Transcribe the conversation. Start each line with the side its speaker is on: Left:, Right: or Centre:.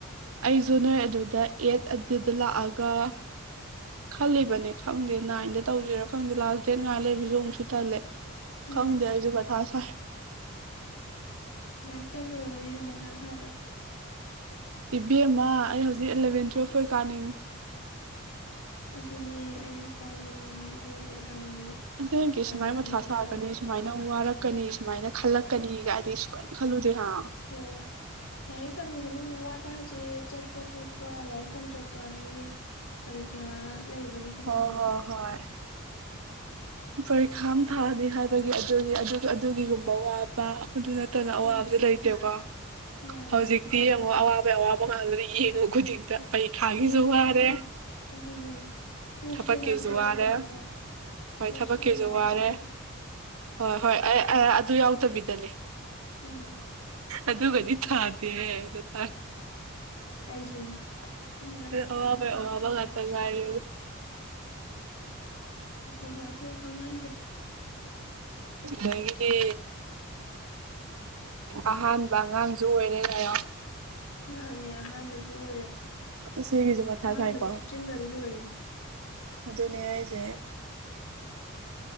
Right: ꯑꯩꯁꯨ ꯅꯣꯏ ꯑꯗꯨꯗ ꯑꯦꯠ ꯑꯗꯨꯗ ꯂꯥꯛꯑꯒ꯫ ꯈꯜꯂꯤꯕꯅꯦ ꯈꯪꯗꯦ ꯅꯥꯏꯟꯗ ꯇꯧꯁꯤꯔ ꯈꯪꯗꯦ ꯂꯥꯁ ꯗꯦꯠ ꯉꯥꯏ ꯂꯩꯕꯁꯨ ꯑꯃꯨꯛꯁꯨ ꯇꯜꯂꯦ꯫
Left: ꯎꯝ
Right: ꯈꯪꯗꯦ ꯑꯩꯁꯨ ꯃꯊꯥ ꯁꯥꯏ꯫
Left: ꯂꯥꯏꯔꯤꯛ ꯇꯝꯂꯣꯏꯔꯒꯅ ꯍꯦꯟꯅ ꯃꯊꯥ ꯁꯥꯗ꯭ꯔꯥ꯫
Right: ꯏꯕꯦꯝꯃ ꯑꯩ ꯍꯧꯖꯤꯛ ꯑꯦꯂꯚꯦꯟ ꯇꯨꯋꯦꯜꯐ ꯑꯣꯏ ꯀꯥꯅꯤꯡꯉꯤ꯫
Left: ꯑꯗꯨꯅꯦ ꯑꯩꯁꯨ ꯀꯥꯅꯤꯡꯉꯦ ꯑꯗꯨꯒꯤ ꯃꯇꯝꯒꯤ꯫
Right: ꯑꯁꯦꯡꯀꯤ
Left: ꯂꯥꯏꯔꯤꯛ
Right: ꯁꯨꯃꯥꯏꯅ
Left: ꯇꯝꯕ
Right: ꯃꯊꯥ ꯁꯥꯔꯛꯀꯅꯤ
Left: ꯃꯇꯝꯗꯣ
Right: ꯁꯨꯃꯥꯏꯅ ꯋꯥꯔꯛ ꯀꯅꯤ ꯁꯨꯃꯥꯏꯅ ꯈꯜꯂꯛꯀꯅꯤꯒꯥꯏꯗꯤ ꯁꯨꯡꯈꯟ ꯈꯟꯂꯨꯗꯦ ꯍꯥ꯫
Left: ꯍꯣꯏ꯫ ꯂꯥꯏꯔꯤꯛ ꯇꯝꯃꯤ ꯃꯅꯨꯡꯗ ꯋꯥꯠꯕ ꯍꯥꯏꯁꯦ ꯆꯠꯄ ꯈꯣꯠꯄ ꯂꯥꯏꯔꯤꯛ ꯇꯝ ꯆꯠꯄ ꯑꯗꯒꯤ꯫ ꯄꯔꯤꯈ꯭ꯌꯥ ꯂꯩꯕꯒꯤ꯫ ꯈꯛꯇꯅꯦꯕ
Right: ꯍꯣ ꯍꯣ ꯍꯣꯏ꯫ ꯄꯔꯤꯈꯥꯝ ꯑꯃ ꯊꯥꯅꯤ ꯍꯥꯏꯕꯒꯤ ꯑꯗꯨꯒꯤ ꯑꯗꯨꯒꯤꯒꯨꯝꯕ ꯋꯥꯠꯄ꯫ ꯑꯗꯨ ꯅꯠꯇꯅ ꯑꯋꯥꯕꯁꯨ
Left: ꯎꯝ
Right: ꯂꯩꯇꯦꯀꯣ
Left: ꯃꯥꯅꯦ
Right: ꯍꯧꯖꯤꯛ꯫ ꯇꯤ ꯌꯦꯡꯉꯣ ꯑꯋꯥꯕꯩ ꯑꯋꯥꯕ ꯉꯥꯛꯇꯅꯤ ꯌꯦꯡꯉꯨ ꯈꯨꯗꯤꯡꯗ꯫ ꯄꯩꯈꯥꯒꯤꯁꯨ
Left: ꯌꯦꯡꯉꯨ
Right: ꯋꯥꯔꯦ
Left: ꯈꯨꯗꯤꯡꯗ ꯑꯗꯨꯅꯦ ꯀꯣꯛꯁꯤꯗꯅ
Right: ꯊꯕꯛꯀꯤꯖꯨ
Left: ꯑꯝꯇ ꯌꯥꯎꯗꯕꯤꯀꯣ
Right: ꯋꯥꯔꯦ꯫ ꯍꯣꯏ
Left: ꯀꯣꯛꯁꯤꯗꯅ
Right: ꯊꯕꯛꯀꯤꯁꯨ
Left: ꯌꯥꯎꯗꯕꯤꯗ
Right: ꯋꯥꯔꯦ ꯍꯣꯏ ꯍꯣꯏ ꯑꯩ ꯑꯗꯨ ꯌꯥꯎꯇꯕꯤꯗꯅꯦ꯫
Left: ꯎꯝ
Right: ꯑꯗꯨꯒꯗꯤ ꯊꯥꯗꯦꯍꯦ ꯗꯣ ꯇꯥꯔꯦ꯫
Left: ꯑꯩꯁꯨꯅꯦ ꯑꯗꯨꯅ ꯃꯊꯥ
Right: ꯑꯋꯥꯕꯩ
Left: ꯌꯥꯝ
Right: ꯑꯋꯥꯕ
Left: ꯁꯥꯍꯜꯂꯦ
Right: ꯉꯥꯛꯇ ꯉꯥꯏꯗꯨ꯫
Left: ꯇꯧꯐꯝ ꯂꯥꯛꯐꯝ ꯈꯪꯍꯟꯗꯦ꯫
Right: ꯃꯒꯤꯗꯤ ꯑꯍꯥꯟ ꯑꯉꯥꯡꯁꯨ ꯑꯣꯏꯔꯦ ꯀꯥꯏꯌꯣ꯫
Left: ꯃꯥꯅꯦ ꯑꯍꯥꯟꯕꯁꯨ ꯑꯣꯏꯔꯦ
Right: ꯁꯤ ꯁꯤꯒꯤꯁꯨ ꯃꯊꯥ
Left: ꯑꯍꯥꯟꯕꯗ
Right: ꯁꯥꯏꯀꯣ
Left: ꯊꯨꯞꯆꯤꯟꯈ꯭ꯔꯗꯤ ꯂꯣꯏꯔꯦꯅꯦ꯫
Right: ꯑꯗꯨꯅꯦ ꯍꯥꯏꯁꯦ꯫